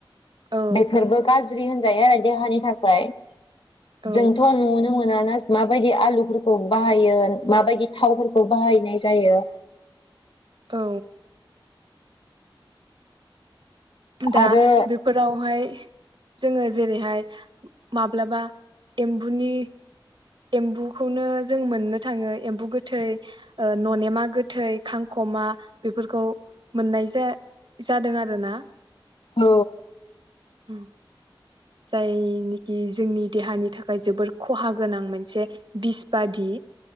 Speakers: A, on the right; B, on the left.
A: औ
B: बेफोरबो गाज्रि गाज्रि होनजायो आरो देहानि थाखाय
A: औ
B: जोंथ' आरो मायदि आलु खौ बाहायो माबायदि थावफोरखौ बाहायनाय जायो।
A: औ। दा
B: आरो
A: बेफोरावहाय जोङो जेरैहाय माब्लाबा एम्बुनि एम्बुखौनो जों मोननो थाङो एम्बु गोथै ओ ननेमा गोथै खांख'मा बेफोरखौ मोननाय जा जादों आरोना?
B: औ।
A: उम। जायनिखि जोंनि देहानि थाखाय जोबोर खहा गोनां मोनसे बिस बादि